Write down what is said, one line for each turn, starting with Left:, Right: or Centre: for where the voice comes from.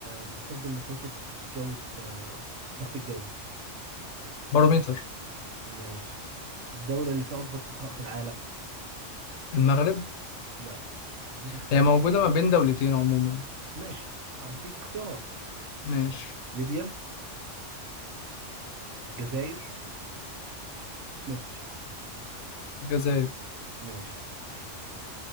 Right: بيستخدم لقياس الجو الد- الضغط الجوي
Left: بارومتر
Right: ماشي الدولة اللي فيها أكبر صحراء في العالم؟
Left: المغرب
Right: لا هديك اختيارات
Left: هي موجودة ما بين دولتين عموما
Right: ماشي هديك اختيارات
Left: ماشي
Right: ليبيا الجزائر مصر
Left: الجزائر
Right: ماشي